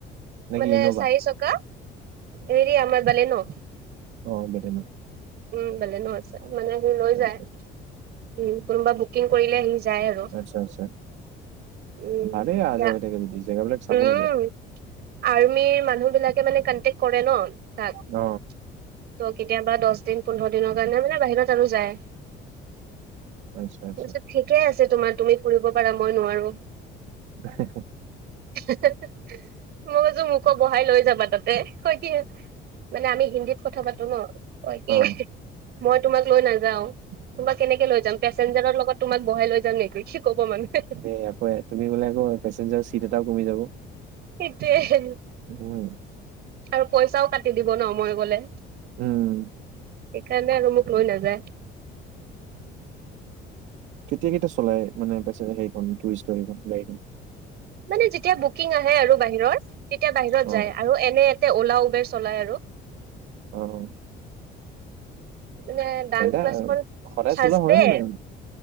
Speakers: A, on the right; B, on the right.
A: নে
B: মানে
A: কি ইন'ভা?
B: চাৰি চকা হেৰি, আমাৰ বালে ন।
A: অ, বেলেগৰ।
B: উম, বেলেনো আছে মানে সি লৈ
A: আচ্ছা।
B: যায়, উম, কোনোবা বুকিং কৰিলে আহি যায় আৰু।
A: আচ্ছা আচ্ছা
B: উম
A: ভালেই অহ
B: ইয়া
A: যোৱা হৈ থাকে যদি জেগা বিলাক চাব
B: উম
A: লাগে।
B: আৰ্মিৰ মানুহ বিলাকে মানে কনটেক কৰে ন তাত।
A: অ,
B: ত' কেতিয়াবা দস দিন, পোন্ধৰ দিনৰ কাৰণে মানে বাহিৰত আৰু যায়।
A: আচ্ছা আচ্ছা
B: তাৰত ঠিকে আছে তোমাৰ তুমি ফুৰিব পাৰা মই নোৱাৰো।
A: হে - হে <unintelligible>
B: হে - হে মই কৈছো মোকো বহাই লৈ যাবা তাতে হয় কি মানে আমি হিন্দীত কথা পাতো ন তই কি
A: উম
B: মই তোমাক লৈ নাযাও। তোমাক কেনেকে লৈ যাম পেচেঞজাৰৰ লগত তোমাক বহাই লৈ যাম নেকি? কি ক'ব মানুহে?
A: য়াকৌ <unintelligible> তুমি গ'লে আকৌ পেচেঞ্জাৰ চিত এটাও কমি যাব।
B: সেইটোৱে হে, হে।
A: উম <unintelligible>
B: আৰু পইচাও কাটি দিব ন মই গলে?
A: উম
B: এইকাৰণ নে আৰু মোক লৈ নাযায়।
A: কেতিয়া - কেতিয়া চলাই মানে প হখন টুৰিষ্টৰ সেই গাড়ীখন।
B: মানে যেতিয়া বুকিং আহে আৰু বাহিৰত তেতিয়া বাহিৰত
A: অ
B: যায় আৰু এনে এতে অলা উবেৰ চলাই আৰু।
A: অ',
B: মানে ডান্স
A: তেন্তে
B: ক্লাছখন
A: সদায়
B: থাৰ্চডে।
A: চলোৱা হয় মানে